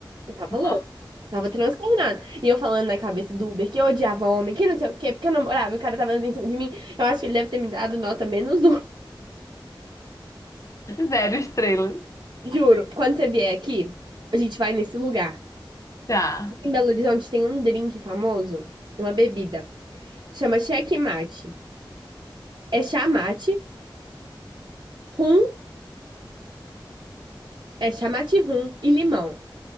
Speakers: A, on the right; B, on the left.
A: Eu Tava
B: <laughs>
A: louco. Tava transtornado. E eu falando na cabeça do Uber que eu odiava homem, que não sei o quê, porque eu namorava e o cara tava dando em cima de mim. Eu acho que ele deve ter me dado nota menos um.
B: Zero estrelas.
A: <laughs> Juro. Quando você vier aqui, a gente vai nesse lugar.
B: Tá.
A: Em Belo Horizonte tem um drink famoso, uma bebida. Chama checkmate. É chamate, rum, é chamate rum e limão.